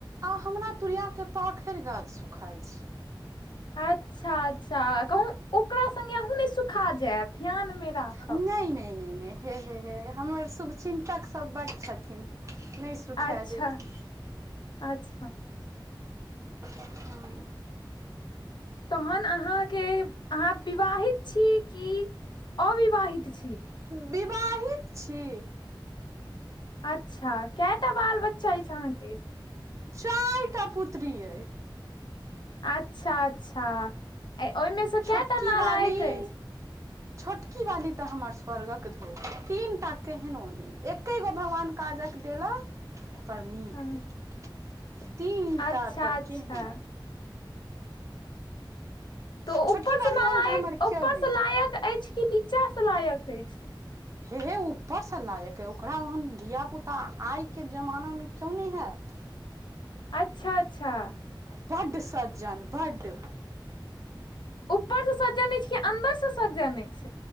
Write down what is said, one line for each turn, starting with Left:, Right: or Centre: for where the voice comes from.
Right: आ हमरा तुुरिया के पाखरि गाछ सुखाइत छै।
Left: अच्छा अच्छा कहू ओकरा संग्गे अहूँ ने सुखा जायब। ध्यान मे राखब
Right: नहि नहि नहि नहि हे हे हे हमर शुभ चिन्तक सब बड छथिन। नहि सुखा
Left: अच्छा
Right: देथिन
Left: अच्छा। अच्छा
Right: हँ।
Left: तहन अहाँके अहाँ विवाहित छी कि अविवाहित छी?
Right: बिबाहित छी।
Left: अच्छा केटा बाल बच्चा अछि अहाँके?
Right: चारि टा पुत्री ऐ।
Left: अच्छा अच्छा ओहिमेसँ
Right: छोटकी
Left: केएटा नालायक
Right: वाली
Left: अछि?
Right: छोटकी बाली तऽ हमर स्वर्गक धोल ऐ तीन टा त केहजो नै। एकै गो भगवान काजक देलक पर नीक
Left: हँ,
Right: देलक। तीनटा
Left: अच्छा
Right: त
Left: अच्छा
Right: केहनो
Left: तऽ
Right: छोटकी
Left: उपरसँ
Right: वाली
Left: नालायक
Right: ओहन तऽ हमर
Left: उपरसँ
Right: केओ नहि
Left: लायक ऐछ कि निचा से लायक ऐछ?
Right: हे हे ऊपरसँ लायक ऐ ओकरा ओहन धियापुता आइके जमानामे कियो नै हैत।
Left: अच्छा अच्छा।
Right: बड सज्जन बड।
Left: ऊपर सँ सज्जन ऐइछ कि अन्दर सँ सज्जन ऐछ।